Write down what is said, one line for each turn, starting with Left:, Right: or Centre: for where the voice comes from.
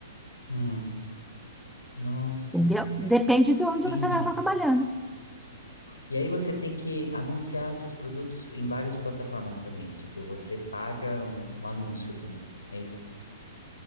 Left: hum, nossa,
Centre: entendeu? Depende de onde
Left: entendi.
Centre: você está trabalhando.
Left: E aí você tem que anunciar seus produtos em várias plataformas também. Tipo, você paga um, um anúncio também, é isso?